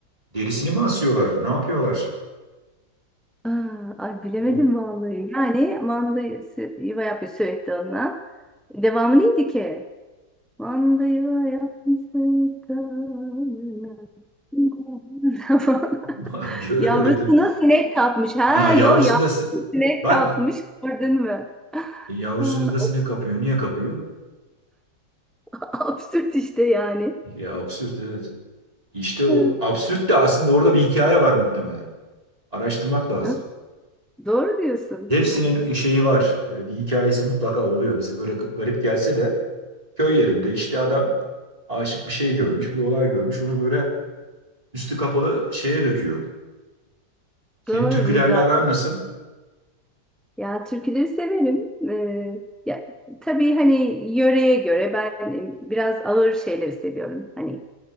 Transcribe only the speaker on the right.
Derisini mi asıyorlar? Ne yapıyorlar?
O
<laughs> Gördüm.
Ha yavrusunda
si-
bak
yavrusunu
da sinek
kapıyor. Niye kapıyor?
Ya absürt evet. İşte o
absürt de aslında orada bir hikaye var muhtemelen. Araştırmak lazım.
Hepsinin şeyi var. e, Bir hikayesi mutlaka oluyor. Bize böyle g- garip gelse de köy yerinde işte adam aşık bir şey görmüş, bir olay görmüş. Onu böyle üstü kapalı şeye döküyor. Senin
türkülerle
aran nasıl?